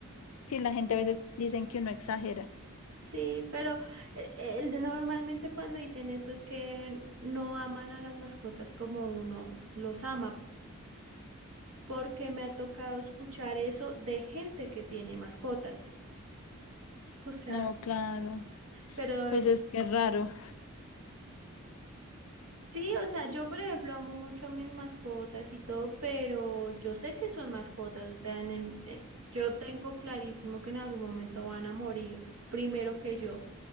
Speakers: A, on the left; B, on the right.
A: Sí, la gente a veces dicen que uno exagera.
B: sí, pero eh, eh, el de normalmente cuando dicen eso es que no aman a las mascotas como uno los ama, porque me ha tocado escuchar eso de gente que tiene mascotas, <laughs> o sea,
A: No, claro,
B: pero
A: pues
B: ellos
A: es que es raro.
B: Sí, o sea, yo por ejemplo amo mucho a mis mascotas y todo, pero yo sé que son mascotas, o sea, en el- eh, yo tengo clarísimo que en algún momento van a morir primero que yo,